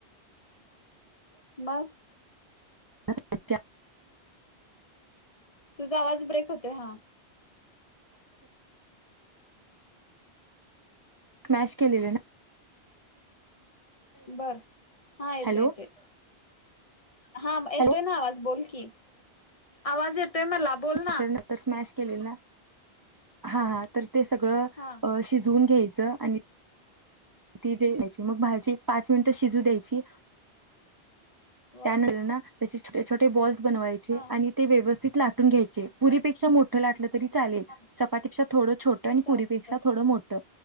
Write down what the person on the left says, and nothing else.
मग.
तुझा आवाज ब्रेक होतोय. हा
बर. हा येतोय,
येतोय हा येतोय
ना आवाज बोल की, आवाज येतोय मला बोल
ना
हा
वा
हा
हा
हा
चालतय
बर